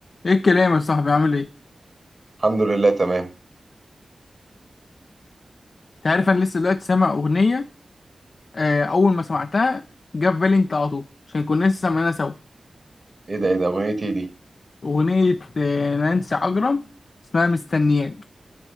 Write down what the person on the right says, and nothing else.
الحمد لله تمام
ايه ده ايه ده اغنيتي دي